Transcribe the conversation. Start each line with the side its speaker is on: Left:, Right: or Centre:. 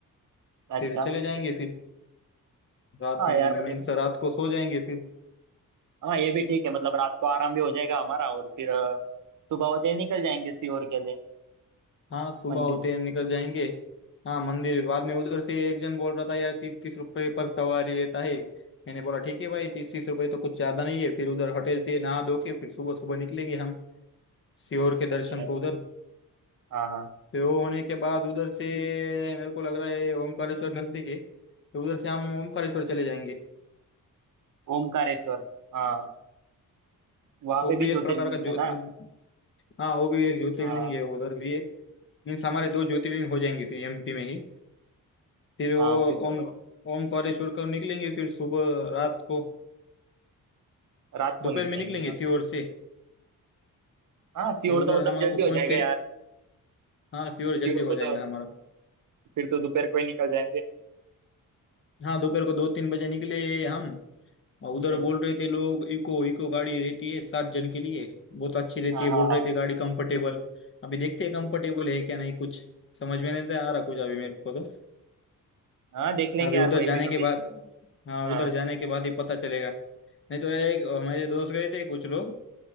Right: अच्छा
Left: फिर चले जाएंगे फिर रात
Right: हाँ
Left: मीन्स
Right: यार मतलब
Left: रात को सो जाएंगे फिर
Right: हाँ ये भी ठीक है मतलब रात को आराम भी हो जाएगा हमारा और फिर अ, सुबह होते ही निकल जाएंगे सीहोर के लिए
Left: हाँ सुबह
Right: मंदिर
Left: होते हैं निकल जाएंगे हाँ मंदिर बाद में उधर से एक जन बोल रहा था यार तीस तीस रुपए पर सवारी लेता है मैंने बोला ठीक है भाई तीस तीस रुपए तो कुछ ज्यादा नहीं है फिर उधर होटल से नहा धो के फिर सुबह सुबह निकलेंगे हम सियोर के दर्शन
Right: ये
Left: को उधर
Right: हाँ हाँ
Left: फिर वो होने के बाद उधर से मेरे को लग रहा है ओमकारेश्वर नजदीक है तो उधर से हम ओमकारेश्वर चले जाएंगे
Right: ओमकारेश्वर हाँ वहाँ
Left: वो
Right: पे भी
Left: भी
Right: ज्योतिर्लिंग
Left: एक प्रकार का ज्यो
Right: है ना
Left: मतलब हाँ वो भी एक ज्योतिर्लिंग
Right: हाँ
Left: है उधर भी एक मीन्स हमारे दो ज्योतिर्लिंग हो जाएंगे फिर एमपी में ही फिर
Right: हाँ
Left: वो
Right: फिर तो
Left: ओम ओमकारेश्वर को निकलेंगे फिर सुबह रात को
Right: रात को
Left: दोपहर
Right: निकलेंगे
Left: में निकलेंगे
Right: हाँ
Left: सीहोर से
Right: हाँ सीहोर
Left: फिर उधर
Right: तो मतलब
Left: हमारे
Right: जल्दी
Left: को पहुंचते
Right: हो जाएगा यार
Left: हाँ सीहोर जल्दी
Right: सीहोर को
Left: हो जाएगा
Right: तो
Left: हमारा
Right: फिर तो दोपहर को ही निकल जाएंगे
Left: हाँ दोपहर को दो तीन बजे निकले हम और उधर
Right: हम्म
Left: बोल रहे थे लोग इको इको गाड़ी रहती है सात जन के लिए बहुत अच्छी रहती
Right: हाँ
Left: है
Right: हाँ
Left: बोल रहे
Right: हाँ
Left: थे गाड़ी कंफर्टेबल अभी देखते हैं कंफर्टेबल है क्या नहीं कुछ समझ में नहीं आ रहा कुछ अभी मेरे को तो
Right: हाँ देख लेंगे
Left: अभी
Right: यार
Left: उधर
Right: वहीं
Left: जाने
Right: पे अभी
Left: के बाद हाँ
Right: हाँ
Left: उधर जाने के बाद ही पता चलेगा नहीं तो यार एक अ, मेरे दोस्त गए थे कुछ लोग